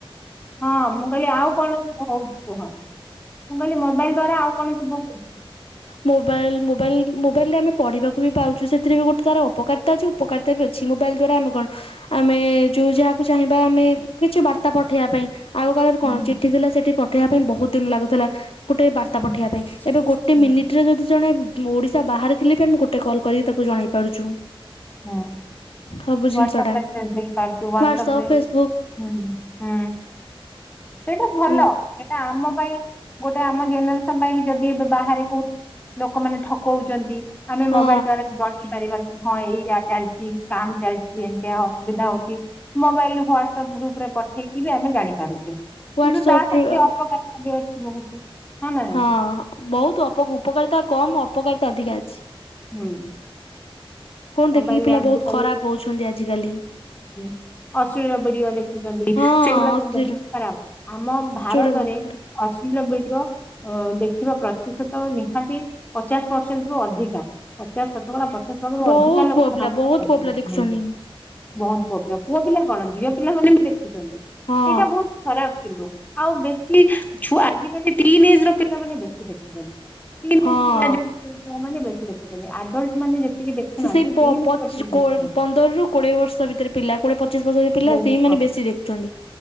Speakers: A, on the left (about 15°); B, on the left (about 75°).
A: ହଁ ମୁଁ କହିଲି ଆଉ କଣ ସବୁ ହଉଛି କୁହ? ମୁଁ କହିଲି ମୋବାଇଲ୍ ଦ୍ଵାରା ଆଉ କଣ ସବୁ ହଉଛି
B: ମୋବାଇଲ ମୋବାଇଲ ମୋବାଇଲ ରେ ଆମେ ପଢିବାକୁ ବି ପାଉଛୁ ସେଥିରେ ବି ଗୋଟେ ତାର ଅପକାରିତା ଅଛି ଉପକାରତା ତା ବି ଅଛି ମୋବାଇଲ୍ ଦ୍ୱାରା ଆମେ କଣ, ଆମେ ଯୋଉ ଯାହାକୁ ଚାହିଁବା, ଆମେ କିଛି ବାର୍ତ୍ତା ପଠେଇବା ପାଇଁ। ଆଗ କାଳରେ
A: ହୁଁ
B: କଣ ଚିଠି ଥିଲା, ସେଠି ପଠେଇବା ପାଇଁ ବହୁତ ଦିନ ଲାଗୁଥିଲା ଗୋଟେ ବାର୍ତ୍ତା
A: ହୁଁ
B: ପଠେଇବା ପାଇଁ। ଏବେ ଗୋ ଟେ
A: ହୁଁ
B: ମିନିଟରେ ଯଦି ଜଣେ ଓଡିଶା ବାହାରେ ଥିଲେ ବି ଆମେ ଗୋଟେ କଲ୍ କରିକି ତାକୁ ଜଣେଇ ପାରୁଛୁ।
A: ହୁଁ,
B: ସବୁ
A: ହ୍ୱାଟ୍ସସପ
B: ଜିନିଷଟା
A: ମେସେଜ ଦେଇପାରୁଛୁ, ହ୍ୱାଟ୍ସସପ
B: ହ୍ୱାଟ୍ସଆପ୍
A: ରେ
B: ଫେସବୁକ୍
A: ହୁଁ ହୁ। ସେଇଟା ଭଲ
B: ହଁ
A: ସେଇଟା ଆମ ପାଇଁ ଗୋଟେ ଆମ ଜେନେରେସନ ପାଇଁ ଯଦି ଏବେ ବାହାରେ କୋଉ ଲୋକମାନେ ଠକଉଛନ୍ତି। ଆମେ
B: ହଁ
A: ମୋବାଇଲ ଦ୍ଵାରା ଜଣେଇ ପାରିବା କି ହଁ ଏଇଟା ଚାଲିଛି ସ୍କାମ୍ ଚାଲିଛି। ଯେମତିଆ ଅସୁବିଧା ହଉଛି ମୋବାଇଲ ହ୍ୱାଟସଆପ୍ ଗ୍ରୁପ ରେ ପଠେଇକି ବି ଆମେ ଜାଣିପାରୁଛେ। କିନ୍ତୁ
B: ହ୍ୱାଟ୍ସଆପ୍ରେ
A: ତା ସାଙ୍ଗରେ ଅପକାରିତା ବି ଅଛି ବହୁତ। ନା ନାଇଁ
B: ହଁ ବହୁତ ଅପ-ଉପକାରିତା କମ୍ ଅପକାରିତା ଅଧିକା ଅଛି।
A: ହୁଁ,
B: ଫୋନ୍
A: ମୋବାଇଲରେ
B: ଦେଖିକି ପିଲା
A: ଆଜିକାଲି
B: ବହୁତ ଖରାପ ହଉଛନ୍ତି ଆଜିକାଲି।
A: ହୁଁ, ଅଶ୍ଳୀଳ ଭିଡିଓ ଦେଖୁଛନ୍ତି,
B: ହଁ
A: ସେଗୁଡା
B: ଅଶ୍ଳୀଳ
A: ବହୁତ ଖରାପ ଆମ ଭାରତରେ,
B: ଯୋଉଟା ବହୁତ ଖରାପ।
A: ଅଶ୍ଲୀଳ ଭିଡିଓ, ଅ ଦେଖିବା ପ୍ରତିଶତ ନିହାତି ପଚାଶ ପରସେଣ୍ଟ ରୁ ଅଧିକା। ପଚାଶ ଶତକଡା ପଚାଶ ଭାଗରୁ
B: ବହୁତ
A: ଅଧିକା ଲୋକ
B: ପୁଅ ପିଲା
A: ଭାରତରେ
B: ବହୁତ
A: ଅଧିକା
B: ପୁଅ ପିଲା ଦେଖୁଛନ୍ତି
A: ବହୁତ। ପୁଅ ପିଲା, ପୁଅ ପିଲା କଣ ଝିଅ ପିଲାମାନେ ବି ଦେଖୁଛନ୍ତି।
B: ହଁ
A: ଏଇଟା ବହୁତ ଖରାପ। କିନ୍ତୁ ଆଉ ବେଶୀ ଛୁଆ-ଆଜିକାଲି ଟିନ ଏଜ ର ପିଲାମାନେ ବେଶୀ ଦେଖୁଛନ୍ତି। ଟିନ୍
B: ହଁ।
A: ଏଜ ପିଲା ଯୋଉ ଛୁଆମାନେ ବେଶୀ ଦେଖୁଛନ୍ତି। ଏଡଲ୍ଟ ମାନେ ଯେତିକି ଦେଖୁନାହାନ୍ତି
B: ସେ-ସେଇ ପ-ପଚିଶ
A: ଟିନ୍ ଏଜ ର ପିଲାମାନେ
B: କୋ-ପନ୍ଦରରୁ କୋଡିଏ ବର୍ଷ ଭିତରେ ପିଲା କୋଡିଏ ପଚିଶ ବର୍ଷ ପିଲା,
A: ବହୁତ
B: ସେଇମାନେ
A: ହଁ
B: ବେଶୀ ଦେଖୁଛନ୍ତି।